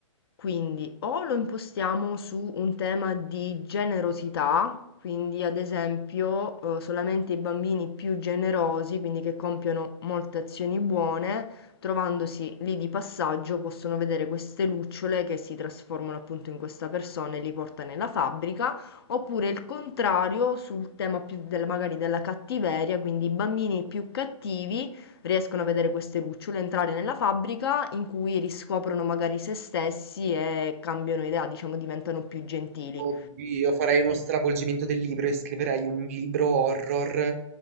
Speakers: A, on the left; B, on the right.
A: quindi o lo impostiamo su un tema di generosità, quindi ad esempio eh, solamente i bambini più generosi, quindi che compiono molte azioni buone, trovandosi lì di passaggio possono vedere queste lucciole che si trasformano appunto in questa persona e li porta nella fabbrica, oppure il contrario sul tema più della- magari della cattiveria, quindi i bambini più cattivi riescono a vedere queste lucciole, entrare nella fabbrica in cui riscoprono magari se stessi e cambiano idea, diciamo diventano più gentili.
B: Oddio, farai uno stravolgimento del libro e scriverai un libro horror